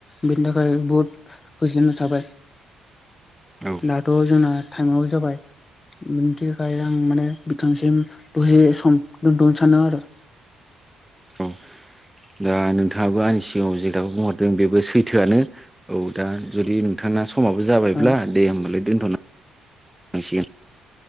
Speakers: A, on the left (about 30°); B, in the centre.
A: बिनि थाखाय बुहुत गोजोन्नाय थाबाय
B: औ
A: दाथ' जोंना थासेयावबो जाबाय उम बिनिथाखाय आं माने बिथांसिम दसे सम दोनथनो सानो आरो।
B: औ दा नोंथां हाबो आंनि सिगाङाव जे दाबो बुंहरदों बेबो सैथोआनो औ दा जुदि नोंथां समाबो जाबायब्ला
A: ओ
B: दे होमबालाय दोनथ'नो लांसिगोन।